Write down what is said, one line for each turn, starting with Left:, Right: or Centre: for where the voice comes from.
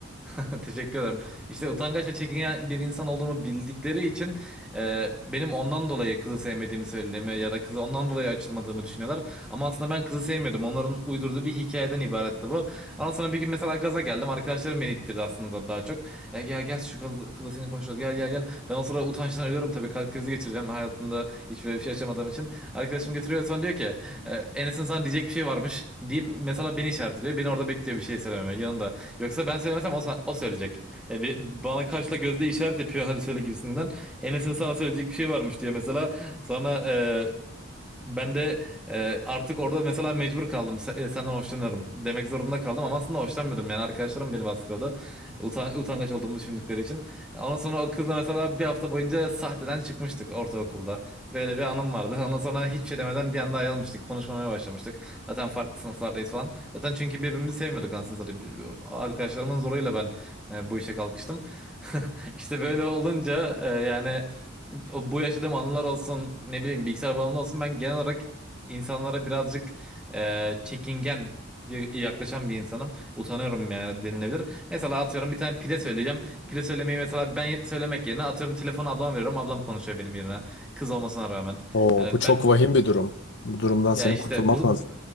Centre: <laughs> Teşekkür ederim. İşte utangaç ve çekingen bir insan olduğumu bildikleri için e, benim ondan dolayı kızı sevmediğimi söylediğimi ya da kızı ondan dolayı açılmadığımı düşünüyorlar. Ama aslında ben kızı sevmiyordum. Onların uydurduğu bir hikayeden ibaretti bu. Ama sonra bir gün mesela gaza geldim. Arkadaşlarım beni ittirdi aslında daha çok. Ya, ya gel şu kız, kızla seni konuşalım. Gel gel gel. Ben o sırada utançtan ölüyorum tabii. Kalp krizi geçireceğim. Hayat, hayatımda hiç böyle bir şey yaşamadığım için arkadaşım getiriyor sonra diyor ki e, Enes'in sana diyecek bir şey varmış deyip mesela beni işaret ediyor. Beni orada bekliyor bir şey söylememe yanında. Yoksa ben söylemesem o, sana- o söyleyecek. Yani bir, bana kaşla gözle işaret yapıyor hadi söyle gibisinden. Enes'in sana söyleyecek bir şey varmış diyor mesela. Sonra e, ben de e, artık orada mesela mecbur kaldım. Se- e, senden hoşlanıyorum demek zorunda kaldım ama aslında hoşlanmıyordum. Yani arkadaşlarım beni baskıladı. Utan utangaç olduğumu düşündükleri için. Ondan sonra o kızla mesela bir hafta boyunca sahteden çıkmıştık ortaokulda. Böyle bir anım vardı. Ondan sonra hiçbir şey demeden bir anda ayrılmıştık. Konuşmamaya başlamıştık. Zaten farklı sınıflardayız falan. Zaten çünkü birbirimizi sevmiyorduk anasını satayım. Arkadaşlarımın zoruyla ben e, bu işe kalkıştım. <laughs> İşte böyle olunca e, yani... O- bu yaşadığım anılar olsun ne bileyim bilgisayar bağımlı olsun ben genel olarak insanlara birazcık e, çekingen y- yaklaşan bir insanım. Utanıyorum yani denilebilir. Mesela atıyorum bir tane pide söyleyeceğim. Pide söylemeyi mesela ben söylemek yerine atıyorum telefonu ablama veriyorum. Ablam konuşuyor benim yerine. Kız olmasına rağmen.
Left: Oo,
Centre: Yani
Left: bu çok
Centre: ben
Left: vahim bir durum. Bu durumdan
Centre: ya
Left: senin
Centre: işte
Left: kurtulman
Centre: bu
Left: lazım.
Centre: bu-